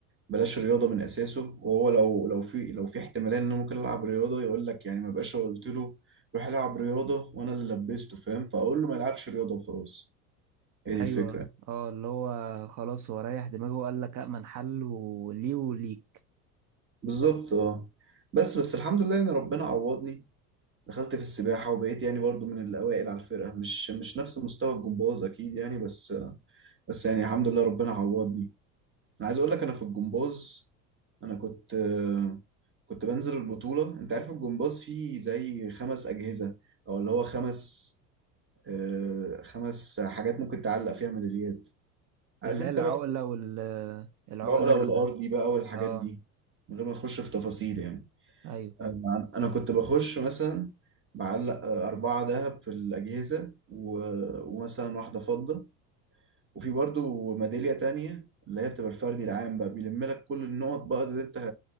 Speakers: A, on the right; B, on the right.
A: بلاش رياضة من اساسه وهو لو لو في لو في احتمالية ان انا ممكن العب رياضة يقول لك يعني ما بقاش قلت له روح العب رياضة وانا اللي لبسته فاهم فاقول له ما يلعبش رياضة وخلاص هي دي
B: ايوه
A: الفكرة
B: اه اللي هو خلاص هو ريح دماغه وقال لك امن حل وليه وليك
A: بالظبط اه بس بس الحمد لله يعني ربنا عوضني دخلت في السباحة وبقيت يعني برضو من الأوائل على الفرقة مش مش نفس مستوى الجمباز أكيد يعني بس بس يعني الحمد لله ربنا عوضني أنا عايز أقول لك أنا في الجمباز أنا كنت آه، كنت بنزل البطولة أنت عارف الجمباز فيه زي خمس أجهزة أو اللي هو خمس آه، خمس حاجات ممكن تعلق فيها ميداليات
B: ده
A: عارف
B: اللي
A: أنت
B: هي العقله
A: بقى
B: وال العقله
A: العقلة
B: ال...
A: والأرضي بقى والحاجات
B: اه
A: دي من غير ما نخش في تفاصيل يعني
B: ايوه
A: انا أنا كنت بخش مثلا معلق آه، اربعه دهب في الاجهزه و... ومثلا واحده فضه وفي برضو ميداليه تانية اللي هي بتبقى الفردي العام بقى بيلم لك كل النقط بقى اللي انت